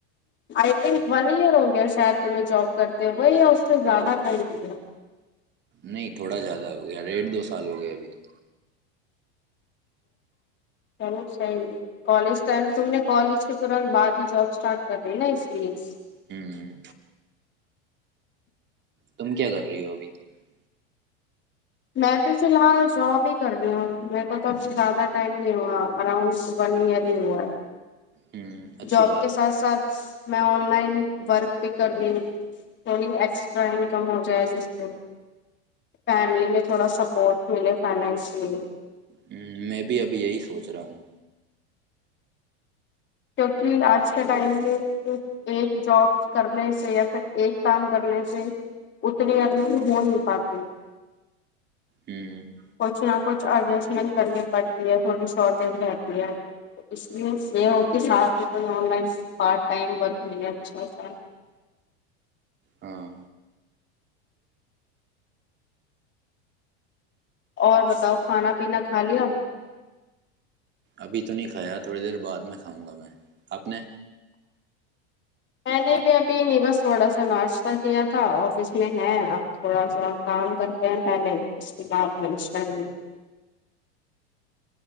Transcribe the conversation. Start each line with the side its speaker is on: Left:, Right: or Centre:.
Left: آئی تھنک ون ایئر <unintelligible> شاید پ جاب کرتے ہو وہ یا اس سے زیادہ کائی دیا
Right: نہیں تھوڑا زیادہ ہو گیا ڈیڑھ دو سال ہو گیا ابھی تو
Left: چلو <unintelligible> ٹ کالج ٹائم ت نے <unintelligible> کالج کے ترت بعد ہی جاب <unintelligible> اسٹارٹ کر رہی ہیں نا ایس پ ایس <unintelligible>
Right: ہوں تم کیا کر رہی ہو ابھی <unintelligible>
Left: میں بھی فی الحال جاب ہی کر رہی ہوں میرے کو تو ا زیادہ ٹائم نہیں ہوا اراؤنڈ ون ایئر ہی ہوا ہے
Right: ہوں اچھی
Left: جاب
Right: بات
Left: کے ساتھ
Right: ہے
Left: ساتھ میں آن لائن ورک بھیہ کر رہی ہوں تھوڑی ایکسٹرا انکم ہو جائے جس سے فیملی میں تھوڑا سپورٹ ملے فائنشلی
Right: ہ میں بھی ابھی یہی سوچ رہا ہوں
Left: کیونکہ آج کے ٹائم میں ص ایک جاب کرنے سے یا پھر ایک کام کرنے سے اتنی ارننگ ہو نہیں پاتی
Right: ہوں
Left: پچے آپ <unintelligible> چ اڈجسٹمنٹ کرنی پڑتی ہے تھوڑی شارٹیج رہتی ہے اس لیے ساتھ online part time work مے اچھا سا
Right: ہاں
Left: اور بتاؤ کھانا پینا کھا لیا
Right: ابھی تو نہیں کھایا تھوڑی دیر بعد میں کھاؤں گا میں آپ نے
Left: میں نے بھی ابھی نہیں بس تھوڑا سا ناشتہ کیا تھا آفس میں ہے اب تھوڑا سا کام کرتے ہیں میں نے اس کے بعد لنچ ٹائم